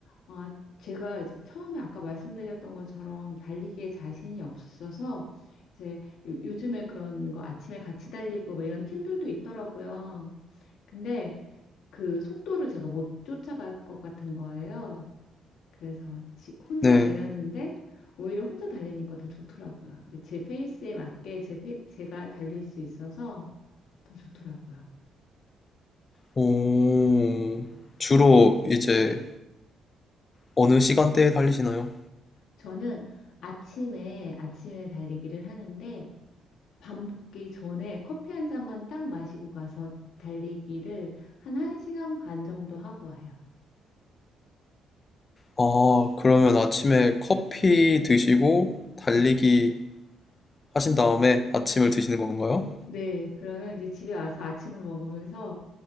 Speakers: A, on the left; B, on the left.
A: 아, 제가 이제 처음에 아까 말씀드렸던 것처럼 달리기에 자신이 없어서, 이제 요- 요즘에 그런 거 아침에 같이 달리고 뭐 이런 팀들도 있더라고요. 근데 그 속도를 제가 못 쫓아갈 것 같은 거예요. 그래서 지- 혼자
B: 네.
A: 달렸는데, 오히려 혼자 달리니까 더 좋더라고요. 이제 제 페이스에 맞게 제 페, 제가 달릴 수 있어서 더 좋더라고요.
B: 오. 주로 이제 어느 시간대에 달리시나요?
A: 저는 아침에, 아침에 달리기를 하는데, 밥 먹기 전에 커피 한 잔만 딱 마시고 가서 달리기를 한 1시간 반 정도 하고 와요.
B: 아, 그러면 아침에 커피 드시고 달리기
A: 네.
B: 하신 다음에 아침을 드시는 건가요?
A: 네. 그러면 이제 집에 와서 아침을 먹으면서